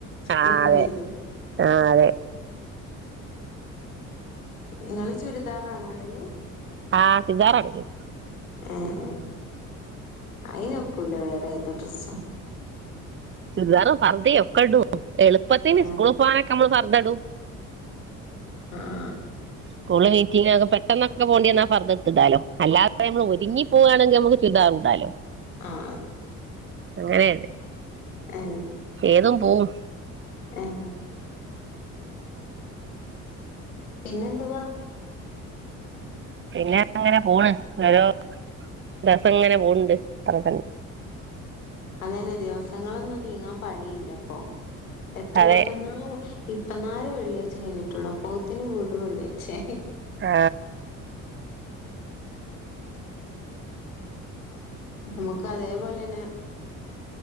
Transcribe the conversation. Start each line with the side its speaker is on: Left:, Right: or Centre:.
Right: ആഹ്
Left: ഇതൊക്ക
Right: അതെ
Left: വരു.
Right: ആഹ് അതെ
Left: ഇങ്ങള് ചുരിദാറാണോ ഇടല്?
Right: ആഹ് ചുരിദാറാടല്.
Left: ഏഹ്. അയിനൊക്കൂല വേറെ ഏത് ഡ്രസ്സും.
Right: ചുര്ദാറും ഫർദിയൊ ക്കെടും. എളുപ്പത്തിന്
Left: ആഹ്
Right: സ്കൂള് പോവാനൊക്കെ നമ്മള് ഫർദടും.
Left: ആഹ്
Right: സ്കൂള്ല് മീ റ്റിംഗ് നൊക്കെ പെട്ടെന്നൊക്കെ പോണ്ട്യന്നാ ഫർദടത്ത്ടാലോ അല്ലാതെ നമ്മൾ ഒരുങ്ങി പോവാണെങ്കി നമുക്ക് ചുര്ദാറൂടാലോ..
Left: ആ ആ
Right: അങ്ങനേണ്.
Left: ഏഹ്.
Right: ഏതും പോവും.
Left: ഏഹ്. പിന്നെന്തുവാ?
Right: പിന്നെ അങ്ങനെ പോണ്. ഓരോ ദസം ഇങ്ങനെ പോവ്ണ്ട് <unintelligible>
Left: അതന്നെ ദിവസങ്ങളൊന്നും നീങ്ങാൻ പണിയില്ലപ്പൊ എത്ര
Right: അതെ
Left: പെട്ടെന്ന ഇ ഇപ്പനാലേ വെള്ളിയാഴ്ച കഴിഞ്ഞിട്ടുള്ളൂ അപ്പോത്തിനും വീണ്ടും വെള്ളിയാഴ്ച ആയി
Right: ആ
Left: നമുക്ക് അതേപോലെ തന്നെ